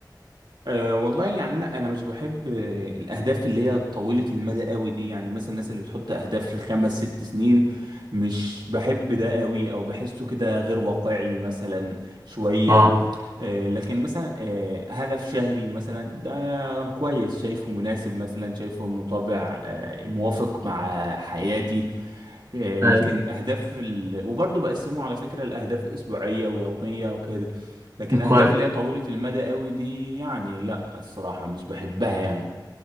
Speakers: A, on the right; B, on the right.
A: أه والله يعني انا انا مش بحب آه، الاهداف اللي هي طويله المدى قوي دي يعني مثلا الناس اللي بتحط اهداف لخمس ست سنين مش بحب ده قوي او بحسه كده غير واقعي مثلا شويه
B: اه
A: آه، لكن مثلا آه، هدف شهري مثلا ده كويس شايفه مناسب مثلا شايفه مطابع آه، موافق مع حياتي آه، لكن
B: هاي
A: أهداف ال... وبرضه بقسمه على فكرة لأهداف أسبوعية ويومية وكده لكن أهداف
B: كويس
A: اللي هي طويلة المدى قوي دي يعني لا الصراحة مش بحبها يعني